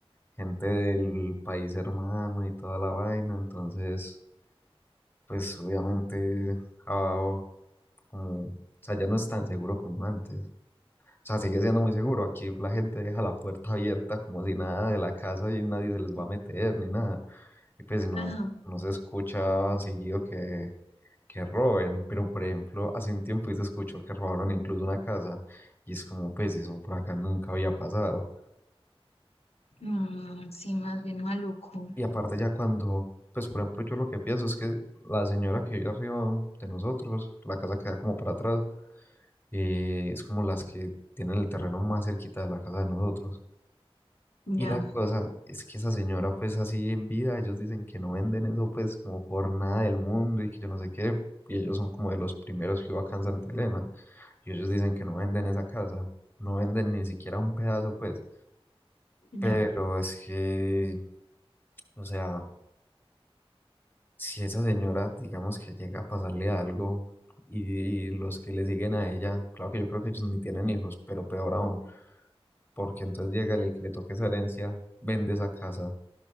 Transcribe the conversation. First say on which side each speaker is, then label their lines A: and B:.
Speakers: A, on the left; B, on the left.
A: gente del país hermano y toda la vaina, entonces pues obviamente ah, como, o sea, ya no es tan seguro como antes. O sea, sigue siendo muy seguro. Aquí la gente deja la puerta abierta como si nada de la casa y nadie se les va a meter ni nada. y pues si no,
B: Ajá.
A: no se escucha seguido que, que roben, pero por ejemplo, hace un tiempo se escuchó que robaron incluso una casa y es como, pues eso por acá nunca había pasado.
B: Mm, sí, más bien maluco.
A: Y aparte ya cuando, pues por ejemplo, yo lo que pienso es que la señora que vive arriba de nosotros, la casa que da como para atrás, eh, es como las que tienen el terreno más cerquita de la casa de nosotros.
B: Ya,
A: Y la cosa es que esa señora, pues así en vida, ellos dicen que no venden eso, pues como por nada del mundo y que yo no sé qué, y ellos son como de los primeros que hubo acá en Santa Elena, y ellos dicen que no venden esa casa, no venden ni siquiera un pedazo, pues,
B: ya.
A: pero es que, o sea, si esa señora, digamos que llega a pasarle algo y, los que le siguen a ella, claro que yo creo que ellos ni tienen hijos, pero peor aún, porque entonces llega el que le toque esa herencia, vende esa casa